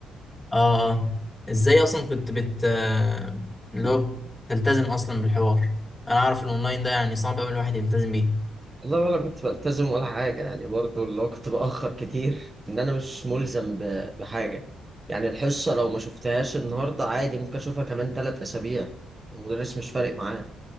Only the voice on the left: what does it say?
اه اه ازاي اصلا كنت بت آه، اللي هو بتلتزم اصلا بالحوار انا عارف الاونلاين ده يعني صعب قوي الواحد يلتزم بيه